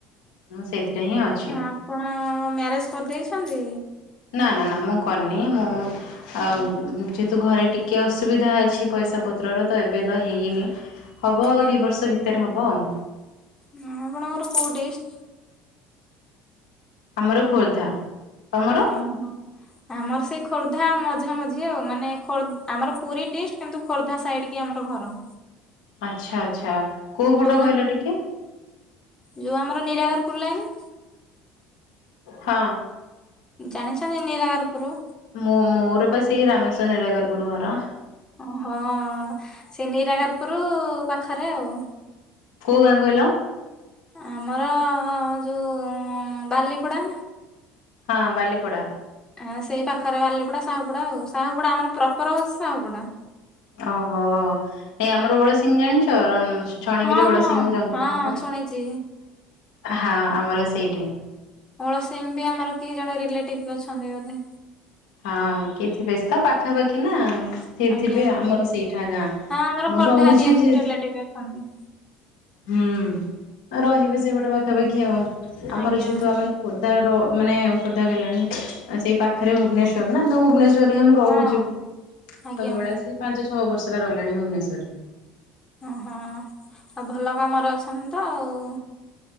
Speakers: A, on the left; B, on the left.
A: ମୁଁ ସେଇଥିରେ ହିଁ ଅଛି।
B: ହଁ ଆପଣ ମ୍ୟାରେଜ କରିଦେଇଛନ୍ତି।
A: ନା ନା ନା ମୁଁ କରିନି ମୁଁ ଅ ଯେହେତୁ ଘରେ ଟି କେ ଅସୁବିଧା ଅଛି ପଇସା ପତ୍ରର ତ ଏବେ ତ ହେଇନି ହବ
B: ଆଜ୍ଞା।
A: ଆଉ ଦି ବର୍ଷ ଭି ତରେ ହବ ଆଉ।
B: ହ ଆପଣଙ୍କର କୋଉ ଡିସ୍।
A: ଆମର ଖୋର୍ଦ୍ଧା। ତମର
B: ଓହୋ। ଆମର ସେଇ ଖୋର୍ଦ୍ଧା ମଝା ମଝି ଆଉ ମାନେ ଖୋ ଆମର ପୁରୀ ଡିଷ୍ଟ କିନ୍ତୁ ଖୋର୍ଦ୍ଧା ସାଇଡ କି ଆମର ଘର।
A: ଆଚ୍ଛା ଆଚ୍ଛା। କୋଉ
B: କିନ୍ତୁ
A: ପଟ
B: ମୁଁ
A: କହିଲ ଟିକେ
B: ଯୋଉ ଆମର ନିରାକାର ପୁର୍ ଲାଇନ୍।
A: ହଁ।
B: ଜାଣିଛନ୍ତି ନିରାହାରପୁର।
A: ମୁଁ ମୋର ବା ସେ ରାମେଶ ନିରାକାରପୁର ଘର।
B: ଓହଁ ସେଇ ନିରାକାରପୁର ପାଖରେ ଆଉ।
A: କୋଉ ଗାଁ କହିଲ।
B: ଆମର ଯୋଉ ବାଲିପଡା।
A: ହଁ ବାଲିପଡା।
B: ଆ ସେଇ ପାଖରେ ବାଲିପଡା ସାହୁପୁଡା ଆଉ ସାହୁପୁଡା ଆମର ପ୍ରପର ହଉଚି ସାହୁପଡା।
A: ଓହୋ ନାଇଁ ଆମର ଓଳସିିଂ ଜାଣିଛ ରମ ଛଣଗିରି
B: ହଁ
A: ଓଳସିଂ
B: ହଁ
A: ଜଙ୍କିକିଆ
B: ହଁ ଶୁଣିଛି।
A: ହଁ ଆମର ସେଇଠି।
B: ଓଳସିିଂ ବି ଆମର କିଏ ଜଣେ ରିଲେଟିଭ ଅଛନ୍ତି ବୋଧେ।
A: ହଁ କି ଥିବେ ଶ ତ ପାଖାପାଖି ନା। ସେ
B: ଆଜ୍ଞା।
A: ଥିବେ ଆମର ସେଇଠା ଗାଁ
B: ଆମର
A: ମୁଁ
B: ଖୋର୍ଦ୍ଧା
A: ରହୁଚି
B: ହେରିକା ସବୁ
A: ଯେ
B: ରିଲେଟିଭ ହଁ <unintelligible>
A: ହୁଁ ରହିବେ ସେଇପଟେ ପାଖାପାଖି ଆଉ ଆମର
B: ଆଜ୍ଞା
A: ଯେହେତୁ ଆମେ ଖୋର୍ଦ୍ଧାର ମାନେ ଖୋର୍ଦ୍ଧା ଗଲାଣି ଅ ସେଇ ପାଖରେ ଭୁବନେଶ୍ଵର ନା ତ ଭୁବନେଶ୍ଵ ର ରେ ହିଁ ମୁଁ ରହୁଚି
B: ହଁ। ଆଜ୍ଞା
A: ସବୁବେଳେ ଆସି ପାଞ୍ଚ ଛଅ ବର୍ଷ ହେଲା ରହିଲାଣି ଭୁବନେଶ୍ୱରରେ।
B: ଓହୋ ଆଉ ଭଲ କାମରେ ଅଛନ୍ତି ତ ଆଉ।